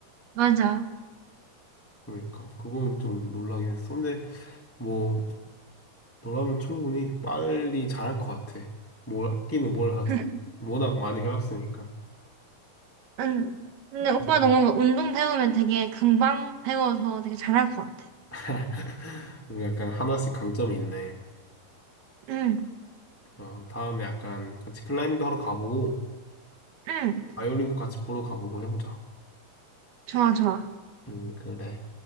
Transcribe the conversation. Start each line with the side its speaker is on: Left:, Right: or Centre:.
Right: 맞아.
Centre: 그러니까 그건 좀 놀라긴 했어. 근데 뭐 너라면 충분히 빨리 잘할 것 같아. 뭘 아끼는 뭘 하든
Right: <laughs>
Centre: 워낙 많이 해왔으니까.
Right: 응. 근데 오빠
Centre: 음.
Right: 너무 운동 배우면 되게 금방 배워서 되게 잘할 것 같아.
Centre: <laughs> 우리 약간 하나씩 강점이 있네.
Right: 응,
Centre: 어, 다음에 약간 같이 클라이밍도 하러 가보고
Right: 응.
Centre: 바이올린도 같이 보러 가보고 해보자.
Right: 좋아, 좋아.
Centre: 음, 그래.